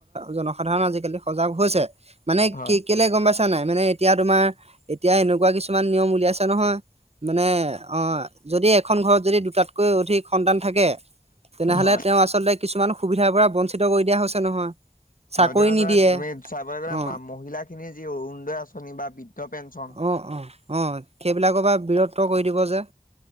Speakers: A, on the right (about 50°); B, on the left (about 80°).
A: জনসাধাৰণ আজিকালি সজাগ হৈছে। মানে
B: হয়,
A: কি কেলে গম পাইছে নে নাই মানে এতিয়া তোমাৰ এতিয়া এনেকুৱা কিছুমান নিয়ম উলিয়াই আছে নহয়। মানে অ' যদি এখন ঘৰত যদি দুটাতকৈ অধিক সন্তান থাকে তেনেহলে
B: হয়।
A: তেওঁ আচলতে কিছুমান। সুবিধাৰ পৰা বঞ্চিত কৰি দিয়া হৈছে নহয়। চাকৰি
B: হয় ধৰা
A: নিদিয়ে
B: ধৰা তুমি চাবলৈ গ'লে
A: অ
B: মহিলা খিনিৰ যি অৰুণোদয় আঁচনি শনিবাৰ বি বৃদ্ধ পেঞ্চন
A: অ অ অ 'সেইবিলাকৰ পৰা বীৰত্ব কৰি দিব যে